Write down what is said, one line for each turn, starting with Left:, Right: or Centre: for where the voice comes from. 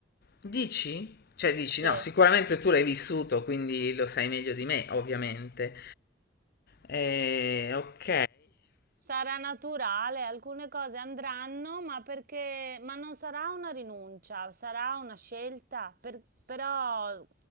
Left: Dici? Cioè dici
Right: Sì.
Left: no, sicuramente tu l'hai vissuto, quindi lo sai meglio di me, ovviamente. Eh, ok,
Right: Sarà naturale, alcune cose andranno, ma perché, ma non sarà una rinuncia, sarà una scelta, per- però